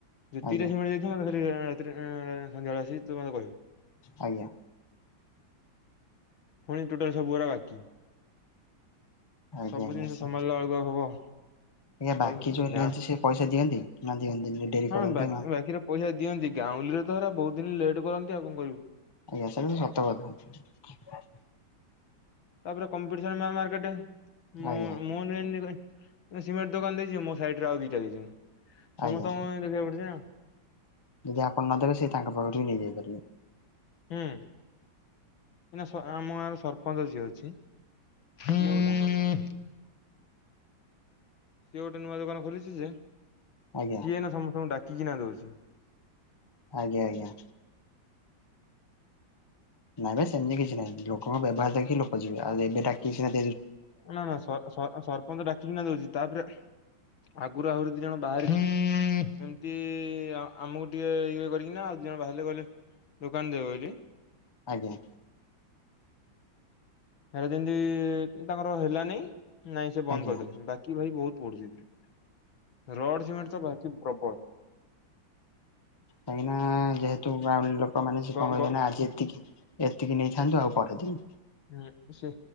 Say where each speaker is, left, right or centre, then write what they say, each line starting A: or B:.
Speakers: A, on the left (about 80°); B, on the left (about 25°).
A: ଯେତିକି
B: ଆଜ୍ଞା
A: ତା ସିମେଣ୍ଟ ଯାଇଥିବ ମତେ ଖାଲି ଆ ରାତିରେ ଆ ସନ୍ଧ୍ୟାବେେଳେ ଆସି ତୁ ମତେ କହିବୁ।
B: ଆଜ୍ଞା
A: ପୁଣି ଟୋଟାଲ ସବୁ ଗୁଡା ବାକି।
B: ଆଜ୍ଞା
A: ସବୁ
B: ଆଜ୍ଞା
A: ଜିନିଷ
B: ସେ
A: ସମ୍ଭଳିଲା ବେଳକୁ ଆଉ ହବ।
B: ଆଜ୍ଞା
A: ଭାଇ
B: ବାକି ଯୋଉ ନିଅନ୍ତି
A: ଗାଁ
B: ସେ ପଇସା ଦିଅନ୍ତି ନା ଦିଅନ୍ତି ଡେରି
A: ହଁ
B: କରନ୍ତି
A: ବାକି
B: ମା
A: ବାକିରେ ପଇସା ଦିଅନ୍ତି ଗାଉଁଲିରେ ତ ହେରା ବହୁତ ଦିନ ଲେଟ୍ କରନ୍ତି ଆଉ କଣ କରିବୁ।
B: ଆଜ୍ଞା ସେଇଟାତ ସତ କଥା।
A: ତାପରେ କମ୍ପିଡିସନ ମାର୍କେଟ ମୁନ
B: ଆଜ୍ଞା
A: ମୁନ <unintelligible> ସିମେଣ୍ଟ ଦୋକାନ ଦେଇଛି ମୋ ସାଇଟରେ ଆଉ ଦିଟା ଦେଇଛନ୍ତି ସମସ୍ତଙ୍କୁ
B: ଆଜ୍ଞା
A: ଦେଖିବାକୁ ପଡୁଛିନା।
B: ଯଦି ଆପଣ ନ ଦେବେ ସେ ତାଙ୍କ ପାଖରୁ ବି ନେଇ ଯାଇପାରିବେ।
A: ହୁଁ ଏନା ଆମ ଗାଁର ସ-ସରପଞ୍ଚ ଯିଏ ଅଛି ସିଏ ଗୋଟେ
B: ଆଜ୍ଞା।
A: ସିଏ ଗୋଟେ ନୂଆ ଦୋକାନ ଖୋଲିଛି ଯେ
B: ଆଜ୍ଞା
A: ସିଏ ଏଇନା ସମସ୍ତଙ୍କୁ ଡାକିକିନା ଦଉଛି।
B: ଆଜ୍ଞା ଆଜ୍ଞା। ନାଇଁ ଭାଇ ସେମିତି କିଛି ନାଇଁ ଲୋକଙ୍କ ବ୍ୟବହାର ଦେଖିକି ଲୋକ ଯିବେ ଆଉ ଯେତେ ଡାକିକି ସିଏ
A: ନା ନା ସ-ସ-ସରପଞ୍ଚ ଡାକିକିନା ଦଉଛି ତାପରେ ଆଗରୁ ଆହୁରି ଦି ଜଣ ବାହାରି ଏମିତି ଆମକୁ ଟିକେ ଇଏ କରିକିନା ଆଉ ଦି ଜଣ ବାହାରିଲେ ଗଲେ ଦୋକାନ ଦେବେ ବୋଲି
B: ଆଜ୍ଞା।
A: ହେରା ଯେମିତି ତାଙ୍କର ହେଲାନାହିଁ ନାଇଁ ସେ ବନ୍ଦ
B: ଆଜ୍ଞା
A: କରିଦେଲେ। ବାକି ଭାଇ ବହୁତ ପଡ଼ୁଛି ଏଥିରେ। ରଡ଼ ସିମେଣ୍ଟ ତ ବାକି ପ୍ରବଳ।
B: କାହିଁକିନା ଯେହେତୁ ଗାଁ ଲୋକମାନେ ସେ
A: ଗ
B: କଣ କରିବେନା
A: ଗ
B: ଆଜି ଏତିକି ଏତିକି ନେଇଥାନ୍ତୁ ଆଉ ପରେ ଦେବି।
A: ହୁଁ ସେ